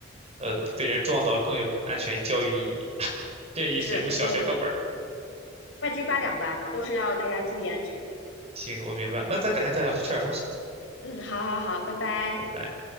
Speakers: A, on the right; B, on the left.
A: 呃，被人撞到更有安全教育意义。<laughs> 建议写入小学课本儿。
B: 是，不过半斤八两吧，都是要大家注意安全。
A: 行，我明白了。那咱改天再聊，我去吃点东西，
B: 嗯，好好好，拜拜。
A: 拜拜。